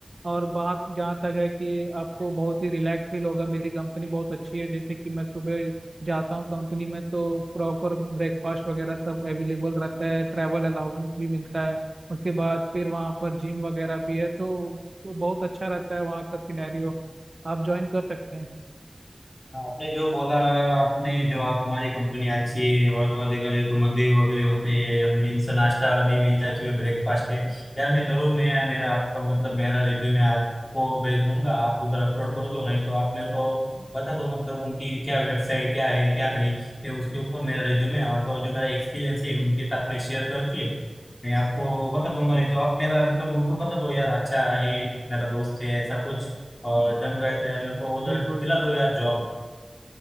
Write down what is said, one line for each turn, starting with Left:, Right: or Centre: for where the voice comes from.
Right: और बात जहाँ तक है कि आपको बहुत ही रिलैक्स फील होगा मेरी कंपनी बहुत अच्छी है जैसे कि मैं सुबह जाता हूँ कंपनी में तो प्रॉपर ब्रेकफास्ट वगैरह सब अवेलेबल रहता है ट्रैवल अलाउंस भी मिलता है उसके बाद फिर वहाँ पर जिम वगैरह भी है तो, तो बहुत अच्छा रहता है वहाँ का सिनेरियो आप ज्वाइन कर सकते हैं
Left: आपने जो बोला आपने जो आप तुम्हारी कंपनी अच्छी है और तो और देखा जाए तो मजे वगैरह होते हैं मीन्स नाश्ता भी मिलता है तुम्हें ब्रेकफास्ट के यार मैं जरूर मैं मेरा आपका मतलब मेरा रिज्यूमे आपको भेज दूंगा आप उधर अपलोड कर दो नहीं तो आप मेरे को बता दो मतलब उनकी क्या वेबसाइट क्या है क्या नहीं फिर उसके ऊपर मेरा रिज्यूमे और तो और जो मेरा एक्सपीरियंस है उनके साथ में शेयर करके मैं आपको बता दूंगा नहीं तो आप मेरा मतलब उनको बता दो यार अच्छा है मेरा दोस्त है ऐसा कुछ और जम गए तो यार मेरे को उधर
Right: बिल्कुल
Left: दिला
Right: बिल्कुल
Left: दो यार जॉब